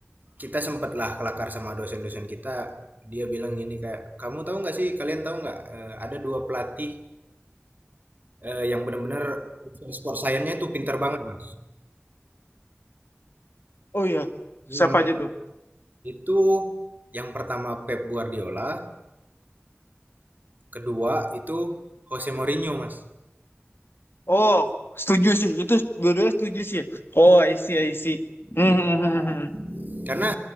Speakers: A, on the right (about 40°); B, on the left (about 60°).
A: kita sempatlah kelakar sama dosen-dosen kita, dia bilang gini kayak, "Kamu tahu nggak sih, kalian tahu nggak, eee, ada 2 pelatih" Eee, yang benar-benar urusan sport science-nya itu pinter banget, Mas.
B: oh iya.
A: Mhm,
B: Siapa aja tuh?
A: itu yang pertama Pep Guardiola, kedua itu Jose Mourinho, Mas.
B: Oh, setuju sih. Itu dua-duanya setuju sih. Oh, I see, I see.
A: Iya,
B: Hmm, hmm, hmm, hmm. hmm.
A: karena